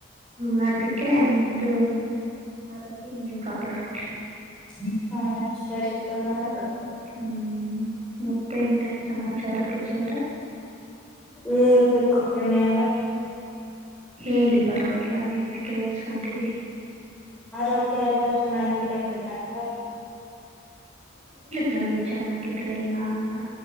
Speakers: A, on the right; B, in the centre.
A: ಹು ಅದಕ್ಕೆ ನಿಮ್ದು ಆರೋಗ್ಯ ನೀವ್ ಕಾಪಾಡ್ಕೊಳಿ.
B: <unintelligible> ಸರಿಪ. <unintelligible>
A: ಹ್ಞೂ ಮತ್ತೆ ಇನ್ನೇನ್ ಸಮಾಚಾರ. ಪೂಜೋವ್ರೆ.
B: ನೀವ್ ಹೇಳ್ಬೇಕು ಪುಣ್ಯಾವ್ರೆ.
A: ಹೇಳಿ ಪರ್ವಾಗಿಲ್ಲ ನೀವೆ ಕೇಳ್ಸ್ಕೊಂತೀವಿ.
B: ಆರೋಗ್ಯ ಎಲ್ಲ ಚೆನ್ನಾಗಿದ್ಯ ಪುಣ್ಯವ್ರೆ.
A: ನಲ್ವ ಚೆನ್ನಾಗಿದೆ ಎಲ್ಲಾ ಅಂತ.